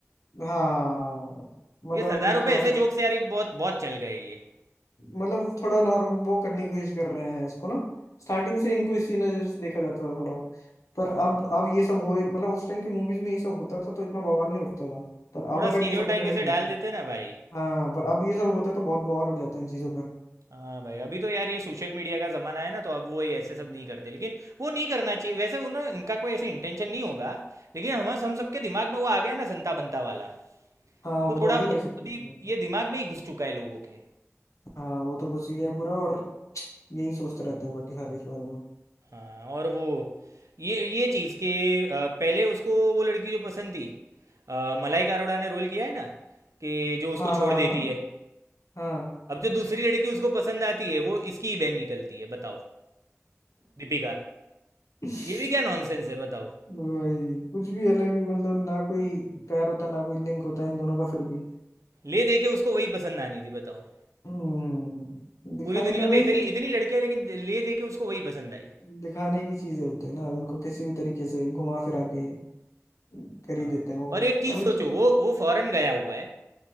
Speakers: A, on the left; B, on the right.
A: हाँ मतलब
B: ये सरदारों
A: उनको थोड़ा
B: पे ऐसे
A: सा
B: जोक्स यार ये बहुत बहुत चल गए ये
A: मतलब थोड़ा नॉर्म वो करने की कोशिश कर रहे हैं इसको ना स्टार्टिंग से इनको इसी नजर से देखा जाता था थोड़ा पर
B: हाँ
A: अब अब ये सब हो मतलब उस टाइम की मूवीज में ये सब होता था तो इतना बवाल नहीं उठता था पर
B: थोड़ा
A: अब अगर
B: स्टीरियोटाइप
A: ये सब होने
B: ऐसे
A: लग
B: डाल
A: गया
B: देते ना भाई
A: हाँ पर अब ये सब होता है तो बहुत बवाल उठ जाते हैं इन चीजों पे
B: हाँ भाई अभी तो यार ये सोशल मीडिया का ज़माना है ना तो अब वो ये ऐसे सब नहीं करते लेकिन वो नहीं करना चाहिए वैसे उन्हें उनका कोई ऐसे इंटेंशन नहीं होगा लेकिन हम हम सबके दिमाग में वो आ गया है ना संता बनता वाला
A: हाँ
B: तो
A: वो
B: थोड़ा
A: तो आ ही
B: बहुत
A: गया सब
B: अभी
A: कुछ में
B: ये दिमाग में ही घुस चुका है लोगों के
A: हाँ वो तो घुस ही गया पूरा और यही सोचते रहते हैं बाकी सारे इस बारे में
B: हाँ और वो ये ये चीज़ कि अ, पहले उसको वो लड़की जो पसंद थी अ, मलाइका अरोड़ा ने रोल किया है ना कि जो उसको
A: हाँ हाँ
B: छोड़ देती
A: हाँ
B: है
A: हाँ
B: अब जो दूसरी लड़की उसको पसंद आती है वो इसकी ही बहन निकलती है बताओ दीपिका
A: <laughs>
B: ये भी क्या नॉनसेंस है बताओ
A: भाई कुछ भी अलग ही मतलब ना कोई पैर होता ना कोई लिंक होता इन दोनों का फिर भी
B: ले दे के उसको वही पसंद आनी थी बताओ
A: हम्म दिखाने
B: पूरी दुनिया
A: भाई
B: में इतनी इतनी लड़कियां लेकिन ले दे के उसको वही पसंद आई
A: दिखाने की चीजें होती है ना अब इनको किसी भी तरीके से घुमा फिरा के कर
B: हाँ
A: ही देते हैं वो
B: और एक चीज़
A: तभी
B: सोचो
A: तो-
B: वो वो फॉरेन गया हुआ है